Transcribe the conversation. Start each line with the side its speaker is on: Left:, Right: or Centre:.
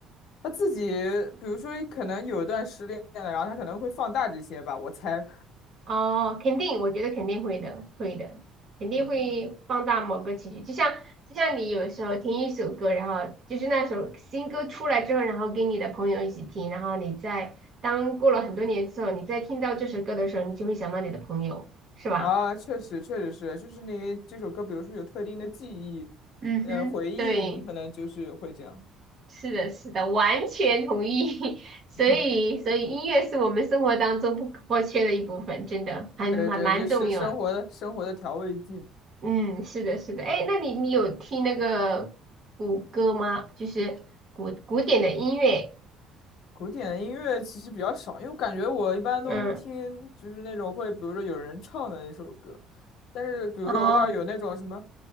Left: 他自己，比如说可能有一段失恋了，然后他可能会放大这些吧，我猜，
Right: 哦，肯定，我觉得肯定会的，会的，肯定会放大某个情绪，
Left: 嗯嗯，
Right: 就像就像你有时候听一首歌，然后就是那首新歌出来之后，然后跟你的朋友一起听，然后你在当过了很多年之后，你再听到这首歌的时候，你就会想到你的朋友，是吧？
Left: 啊，确实确实是，就是你这首歌，比如说有特定的记忆，
Right: 嗯哼，
Left: 呃，回忆，
Right: 对，
Left: 你可能就是会这样，
Right: 是的，是的，完全同意。<laughs> 所以，
Left: <laughs>
Right: 所以音乐是我们生活当中不可或缺的一部分，真的还蛮蛮重要
Left: 对对，就是生活的生活的调味剂。
Right: 嗯，是的，是的，哎，那你你有听那个古歌吗？就是古古典的音乐，
Left: 古典的音乐其实比较少，因为我感觉我一般都听就是那种会，
Right: 嗯，
Left: 比如说有人唱的那首歌，但是比如说偶尔有那种什么
Right: 哦，